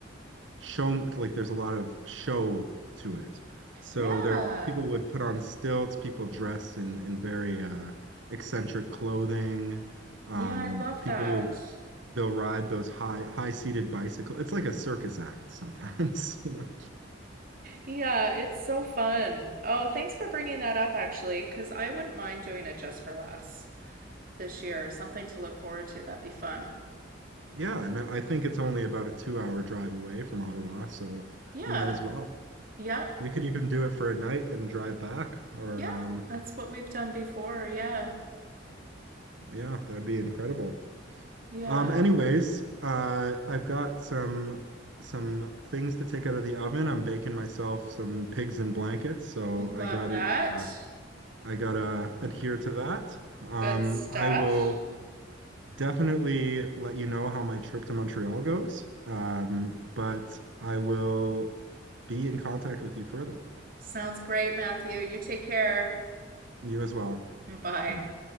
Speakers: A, on the right (about 75°); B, on the right (about 50°).
A: show like there's a lot of show to it. So
B: Yeah.
A: there people would put on stilts, people dress in in very uh, eccentric clothing. Um,
B: Yeah, I love
A: people
B: that.
A: will they'll ride those high high-seated bicycle. It's like a circus act sometimes. <laughs> you know?
B: Yeah, it's so fun. Oh, thanks for bringing that up, actually, because I wouldn't mind doing it just for laughs this year. Something to look forward to. That'd be fun.
A: Yeah, and I I think it's only about a two-hour drive away from Ottawa, so
B: Yeah.
A: you might as well.
B: Yep.
A: You could even do it for a night and drive back, or
B: Yep.
A: um,
B: That's what we've done before. Yeah.
A: yeah, that'd be incredible.
B: Yeah.
A: Um, anyways, uh, I've got some some things to take out of the oven. I'm baking myself some pigs in blankets, so
B: Love
A: I got
B: that.
A: to uh, I gotta adhere to that. Um,
B: Good stuff.
A: I will definitely let you know how my trip to Montreal goes. Um, but I will be in contact with you further.
B: Sounds great, Matthew. You take care.
A: You as well.
B: Bye.
A: Bye bye.